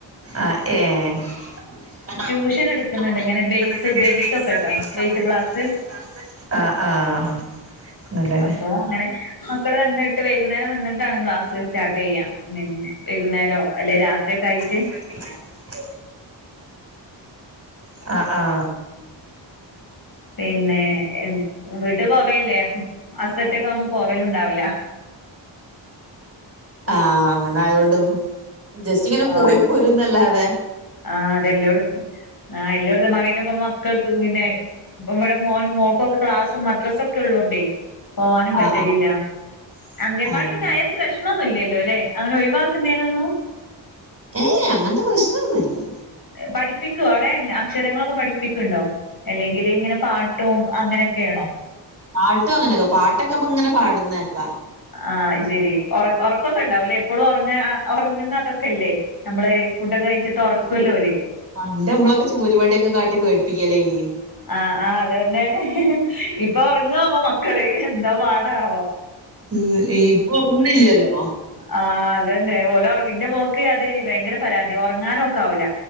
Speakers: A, on the right; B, on the left.
A: ആഹ് ഏഹ്..... <unintelligible>
B: ട്യൂഷൻ എടുക്കുന്നുണ്ട് ഇങ്ങനെ ബേസ് ബേസ് ഒക്കെ ട്ടോ ബേസ് ക്ലാസ്
A: ആഹ്.. ആ ആഹ്.. ആണല്ലേ
B: അപ്പോങ്ങനെ.... അ മക്കൾ വന്നിട്ട് വൈകുന്നേരം വന്നിട്ടാണ് ക്ലാസ് സ്റ്റാർട്ട് ചെയ്യാ... വൈകുന്നേരോ അല്ലെ രാത്രിയൊക്കെ ആയിട്ട്...
A: ട്ട <inaudible> ആ... ആ..
B: പിന്നേ.. വീട്ട് പോവല്ലേ? അപ്പം ഹസൊറ്റക്കവുമ്പോ പോവലും ഉണ്ടാവൂല....
A: ആ... അങ്ങനെ ആയോണ്ട് ജസ്റ്റ് ഇങ്ങനെ
B: ആ
A: പോയി പോരൂന്നല്ലാതെ... അ
B: ആഹ്.. അതെല്ലോട്ത്.. ആ എല്ലോട്ത്തും അയ്നിപ്പോ മക്കൾക്ക് പിന്നെ... ഇപ്പ ഇവിട മോനും മോക്കൊക്കേ ക്ലാസും മദ്രസൊക്കെള്ളോണ്ടേ... പോവാനും
A: ആഹ്
B: പറ്റലില്ല..
A: ആഹ്
B: അംഗൻവാടി
A: ആഹ്
B: പിന്നെ അയാധി പ്രശ്നൊന്നുംല്യാ... ല്ലെ.. അങ്ങനെ ഒഴിവാക്കുന്നേനൊന്നു?
A: ഏയ്.. അങ്ങൻത്ത പ്രശ്നൊന്നുല്യാ.
B: പഠിപ്പിക്കോ അവിടെ.. അക്ഷരങ്ങളൊക്കെ പഠിപ്പിക്ക്ണ്ടോ അല്ലെങ്കിൽ ഇങ്ങനെ പാട്ടും അങ്ങനെയൊക്കെണോ?
A: പാട്ടും അങ്ങനെയൊക്കെ.. പാട്ടൊക്കെ ഇങ്ങനെ പാടുന്നേക്കാ....
B: ആഹ്... അയ്ശരി.. ഉറക്കൊക്കെ ഉണ്ടാവൂലേ എപ്പളും ഉറങ്ങ.. ഉറങ്ങുന്നതൊക്കെല്ലേ? നമ്മള്... ഫുഡൊക്കെ കഴിച്ചിട്ട് ഒറക്കുവല്ലോ
A: <inaudible>
B: ഓല്
A: പണ്ട് നമ്മളൊക്കെ ചൂൽവടിയൊക്കെ കാട്ടി പേടിപ്പിക്കലേഞ്ഞി...
B: ആഹ് ആ അതന്നെ ഇപ്പൊ ഉറങ്ങാവുമോ മക്കള് എന്തോ പാടാവോ?
A: ഉ ഇപ്പൊ ഉറങ്ങണില്ലല്ലോ
B: ആഹ് അതന്നെ ഓല ഓർങ്ങ് ഇന്റെ മോക്ക് അതെയ്ഞീ ഭയങ്കര പരാതി ഒറങ്ങാന് ഓക്കാവൂല